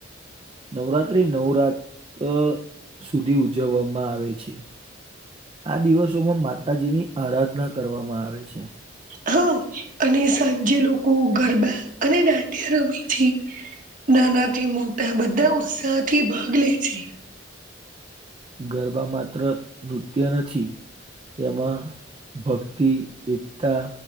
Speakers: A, on the right (about 25°); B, on the right (about 45°).
A: નવરાત્રી નવરાત અહ સુધી ઉજવવામાં આવે છે. આ દિવસોમાં માતાજી ની આરાધના કરવામાં આવે છે.
B: હા, અને સાંજે લોકો ગરબા અને દાંડિયા રમે છે. નાનાથી મોટા બધા ઉત્સાહથી ભાગ લે છે.
A: ગરબા માત્ર નૃત્ય નથી, તેમાં ભક્તિ, એકતા,